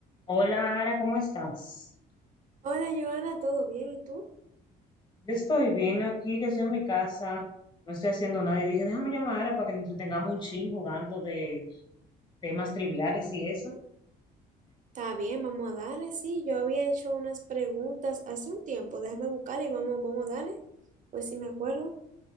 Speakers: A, on the left; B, on the right.
A: Hola, Ara, ¿cómo estás?
B: Hola, Joana, ¿todo bien? ¿Y tú?
A: Yo estoy bien aquí, que estoy en mi casa, no estoy haciendo nada y dije, déjame llamar a Ara para que nos entretengamos un chin jugando de temas triviales y eso.
B: Está bien, vamos a darle. Sí, yo había hecho unas preguntas hace un tiempo. Déjame buscar y vamos, vamos a darle. Pues si me acuerdo,